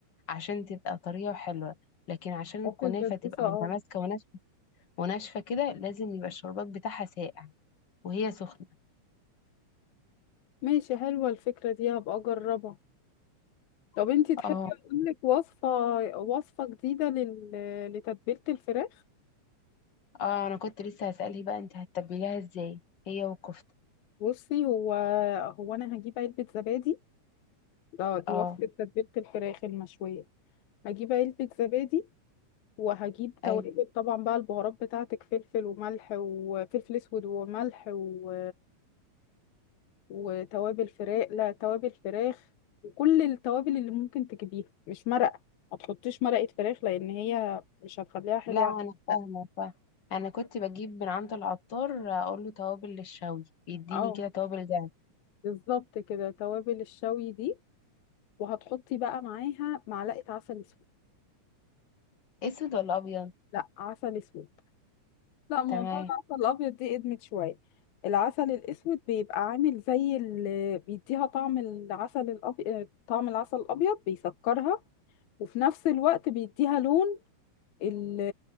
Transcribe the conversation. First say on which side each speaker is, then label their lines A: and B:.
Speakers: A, on the left (about 50°); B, on the left (about 75°).
A: عشان تبقى طريه وحلوه لكن عشان الكنافه
B: في البسبوسة
A: تبقى متماسكه
B: اه
A: وناشفه وناشفه كده لازم يبقى الشربات بتاعها ساقع وهي سخنه
B: ماشي حلوة الفكرة دي هبقى اجربها طب انتي تحبي
A: اه
B: اقولك وصفة وصفة جديدة لل... لتتبيلة الفراخ
A: اه انا كنت لسه هسألك بقى انت هتتبليها ازاي هي والكفته
B: بصي هو هو انا هجيب علبة زبادي ده دي
A: اه
B: وصفة تتبيلة الفراخ المشوية هجيب علبة زبادي وهجيب توابل
A: اي
B: طبعا بقى البهارات بتاعتك فلفل وملح وفلفل اسود وملح و... وتوابل فراخ لا توابل فراخ وكل التوابل اللي ممكن تجيبيها مش مرقة ما تحطيش مرقة فراخ لأن هي مش هتخليها حلوة
A: لا انا فاهمه
B: لا
A: فاهمة. انا كنت بجيب من عند العطار اقول له توابل للشوي بيديني
B: اه
A: كده توابل دهب
B: بالظبط كده توابل الشوي دي وهتحطي بقى معاها معلقة عسل اسود
A: اسود ولا ابيض
B: لا عسل اسود لا موضوع
A: تمام
B: العسل الابيض دي ادمت شوية العسل الاسود بيبقى عامل زي اللي بيديها طعم العسل الابيض طعم العسل الابيض بيسكرها وفي نفس الوقت بيديها لون ال-